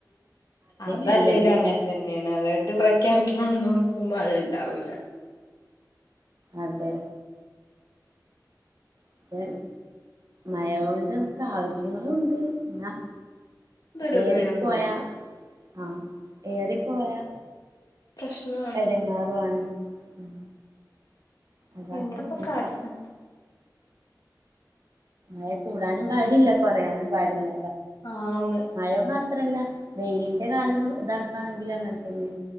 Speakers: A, on the left; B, on the right.
A: അതല്ലേലും
B: വെയിലന്നെ
A: അങ്ങനെ തന്നെയാണ്. അലർട്ട് പ്രഖ്യാപിക്കണ അന്നൊന്നും മഴ ഇണ്ടാവൂ ല്ല
B: അതെ പക്ഷെ മയ കൊണ്ട് നമുക്ക് ആവശ്യങ്ങളും ഉണ്ട് എന്നാ
A: അതൊരു
B: ഏറിപ്പോയാ
A: ഉപയോഗമുണ്ട്
B: ആ ഏറിപ്പോയാ
A: പ്രശ്നമാണ്
B: എടങ്ങേറു ആണ് ഉം അതാ
A: എന്ത
B: പ്രശ്നം
A: ഇപ്പ കാട്ടണേ
B: മയ കൂടാനും പാടില്ല കുറയാനും പാടില്ല.
A: ആന്ന്
B: മയ മാ ത്രല്ല വെയിലിൻ്റെ കാലം ഇതാക്കാണെങ്കിലും അങ്ങനെ തന്നെയാ